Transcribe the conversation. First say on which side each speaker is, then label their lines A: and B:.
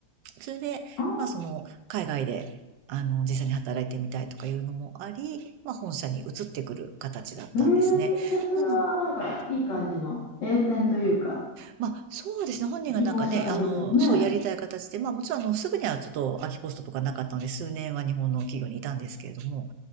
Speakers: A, on the right; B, on the left.
A: それで、
B: ああ。
A: まあその、海外で、あの、実際に働いてみたいとかいうのもあり、まあ本社に移ってくる形だったんですね。
B: へえ。じゃあそれはなんかいい感じの栄転というか、
A: なの、うんまあ、そうですね。本人がなんかね、
B: 希望した形ね。
A: あの、そうやりたい形で、ま、もちろんあの、すぐにはちょっと空きポストとかなかったので、数年は日本の企業にいたんですけれども、